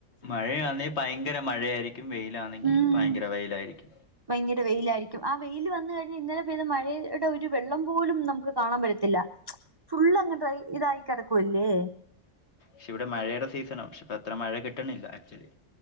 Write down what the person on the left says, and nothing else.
മഴയാണെ ഭയങ്കര മഴയായിരിക്കും വെയിലാണെങ്കി
ഭയങ്കര വെയിലായിരിക്കും
ശെ ഇവടെ മഴയുടെ സീസണാ പക്ഷെ അത്ര മഴ കിട്ട്ണില്ല ആക്ച്വലി